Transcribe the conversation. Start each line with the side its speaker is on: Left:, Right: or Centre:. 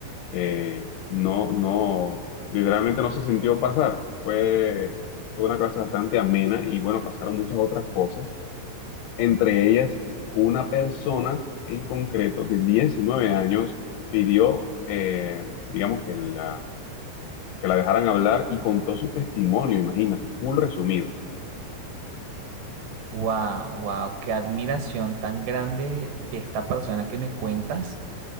Left: eh, no, no, literalmente no se sintió pasar. Fue, fue una clase bastante amena y bueno, pasaron muchas otras cosas. Entre ellas, una persona en concreto de 19 años pidió, eh, digamos, que la, que la dejaran hablar y contó su testimonio, imagínate, full resumido.
Right: Wow, wow, qué admiración tan grande de esta persona que me cuentas,